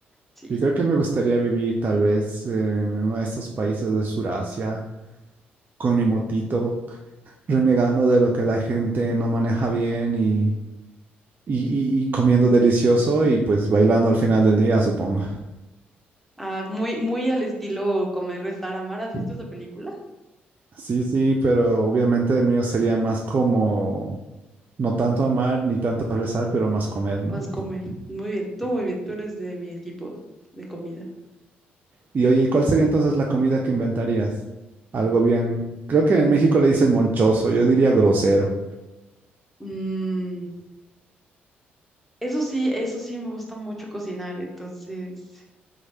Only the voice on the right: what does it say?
Yo creo que me gustaría vivir tal vez eh, en uno de esos países de Surasia con mi motito, renegando de lo que la gente no maneja bien y Y, y- y comiendo delicioso y pues bailando al final del día, supongo.
Sí, sí, pero obviamente el mío sería más como, no tanto amar ni tanto rezar, pero más comer, ¿no?
Y oye, ¿y ¿cuál sería entonces la comida que inventarías? Algo bien, creo que en México le dicen monchoso, yo diría grosero.